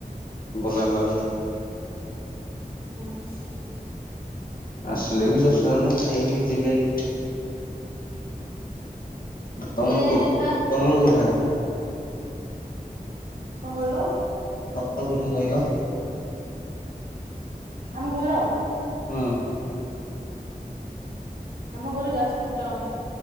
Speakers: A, on the left; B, on the right.
A: ଟା <unintelligible>
B: ଉଁ ହୁଁ।
A: ଆସିଲେ ବି କିଛି ଅସୁବିଧା ନାହିଁ ଖାଇକି ଯିବେ ଏଠି। ତମର ତମ <unintelligible> କୋଉଠା?
B: କଁ କହିଲ?
A: <unintelligible> କୋଉଠା କହିଲ?
B: ଆମ ଘର?
A: ହଁ।
B: ଆମ ଘର ଯାଜପୁର ଟାଉନ।